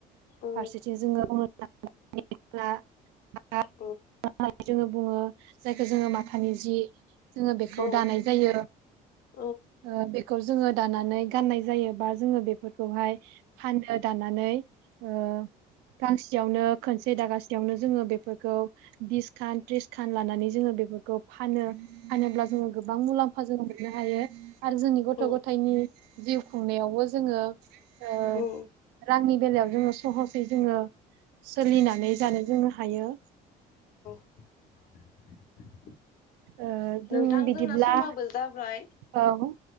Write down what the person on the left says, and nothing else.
औ
औ
औ
औ
औ
औ
<inaudible>
नोंथां
जोंना समाबो जाबाय